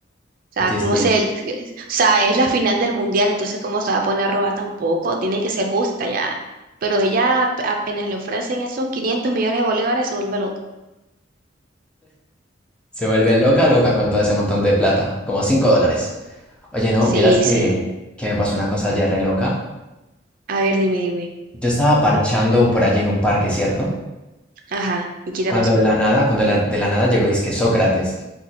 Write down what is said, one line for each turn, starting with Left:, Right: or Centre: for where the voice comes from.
Right: O sea,
Centre: Oye,
Right: cómo
Centre: sí,
Right: se, o sea, es la final del mundial, entonces cómo se va a poner a robar tampoco, tiene que ser justa ya. Pero ella ap- apenas le ofrecen esos 500 millones de bolívares, se vuelve loca.
Centre: se vuelve loca, loca con todo ese montón de plata, como 5 dólares. Oye, no,
Right: Sí,
Centre: vieras que,
Right: sí.
Centre: que me pasó una cosa ayer re loca.
Right: A ver, dime, dime.
Centre: Yo estaba parchando por allí en un parque, ¿cierto?
Right: Ajá, ¿y qué
Centre: Cuando
Right: te pasó?
Centre: de la nada, cuando de la, de la nada llegó, que Sócrates,